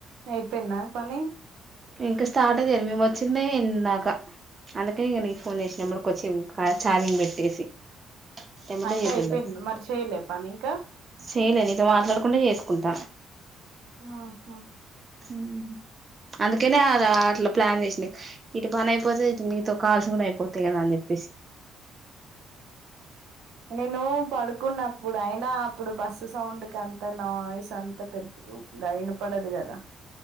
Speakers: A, on the right; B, on the right.
A: ఐయిపోయిందా పని
B: ఇంక స్టార్ట్ ఏ జేయలే మేము వచ్చిందే ఇందాక అందుకె ఇగ నీకు ఫోన్ చేసిన నెంబర్ కొచ్చిం ఛార్జింగ్ పెట్టేసి ఎమ్మటే
A: అంటే
B: చేద్దులే
A: అయిపోయింది మరి చేయలే పని ఇంకా
B: చేయలే నీతో మాట్లాడకుంట చేసుకుంట
A: ఆహా
B: ఊహు అందుకనే అలా అట్ల ప్లాన్ చేసింది ఇటు పని అయిపోతే ఇటు నీతో కాల్స్ కూడా అయిపోతయి కదా అని జెప్పేసి
A: నేను పడుకున్నప్పుడు అయినా అప్పుడు బస్ ద సౌండ్ కంతా నా వాయిస్ అంతా పెద్ద ద ఇనపడదు కదా